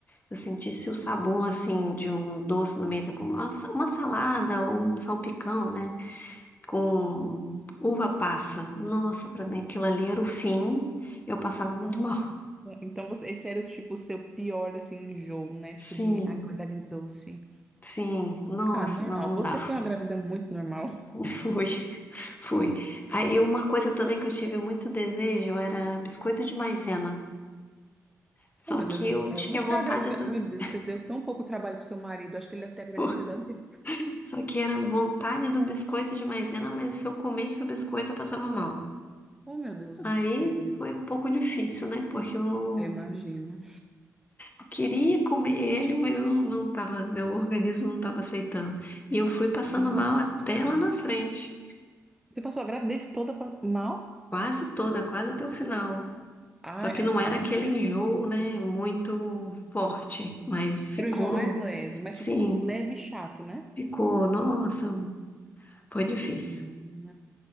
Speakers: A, on the left; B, in the centre.
A: eu sentisse o sabor, assim, de um doce no meio da... comida Uma sa- uma salada ou um salpicão, né? com uva passa. Nossa, pra mim aquilo ali era o fim. Eu passava muito
B: Nossa,
A: mal.
B: então você, esse era tipo o seu pior assim enjoo, né? Tipo
A: Sim,
B: de acordar agridoce.
A: sim. Nossa,
B: Ah, normal.
A: não, não
B: Você
A: dava.
B: foi uma grávida muito normal. <laughs>
A: <laughs> Fui, fui. Aí uma coisa também que eu tive muito desejo era biscoito de maisena. Só
B: Oh, meu
A: que
B: Deus do
A: eu
B: céu.
A: tinha
B: Você
A: vontade
B: é a grávida.
A: do.
B: Meu Deus, você deu tão pouco trabalho pro seu marido. Acho que ele deve ter agradecido
A: <laughs>
B: a Deus.
A: Só que era vontade do biscoito de maisena, mas se eu comesse o biscoito eu passava mal.
B: Oh, meu Deus do
A: Aí
B: céu.
A: foi um pouco difícil, né? Porque eu não
B: Eu imagino.
A: Eu queria comer ele, mas eu não tava, meu organismo não estava aceitando. E eu fui passando
B: Gente.
A: mal até lá na frente,
B: Você passou a gravidez toda pa- mal?
A: quase toda, quase até o final.
B: Ai,
A: Só que
B: ai,
A: não
B: não quero
A: era
B: não.
A: aquele enjoo, né, muito forte, mas ficou,
B: Era o enjoo mais leve, mas
A: sim,
B: tipo, leve e chato, né?
A: ficou, nossa, foi difícil.
B: Hum,